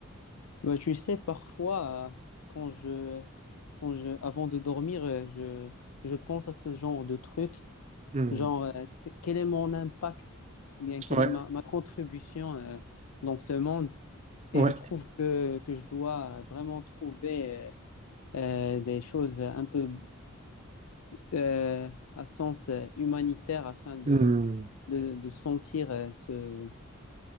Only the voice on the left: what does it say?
Bah, tu sais, parfois, euh, quand je, quand je, avant de dormir, euh, je, je pense à ce genre de truc,
genre, euh, c'est- quel est mon impact ou bien quelle
est ma, ma contribution euh, dans ce monde? Et
je trouve que, que je dois vraiment trouver euh, euh, des choses un peu euh, à sens euh, humanitaire afin de,
de, de sentir euh, ce,